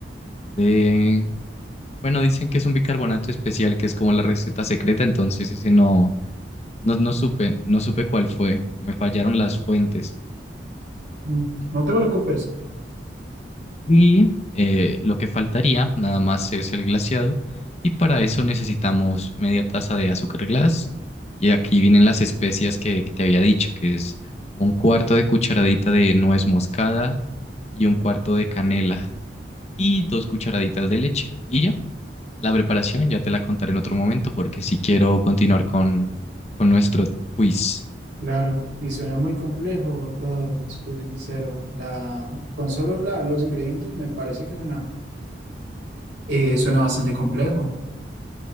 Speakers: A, on the left; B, on the right.
A: de, bueno, dicen que es un bicarbonato especial, que es como la receta secreta, entonces ese no, no, no supe, no supe cuál fue, me fallaron las fuentes.
B: mm, no te preocupes.
A: Y eh, lo que faltaría nada más es el glaseado. Y para eso necesitamos media taza de azúcar glass. Y aquí vienen las especias que, que te había dicho, que es un cuarto de cucharadita de nuez moscada y un cuarto de canela y dos cucharaditas de leche. Y ya, la preparación ya te la contaré en otro momento porque si quiero continuar con, con nuestro quiz.
B: Claro, y suena muy complejo todo, si te soy sincero. La, con solo la- los ingredientes me parece que suena, eh, suena bastante complejo.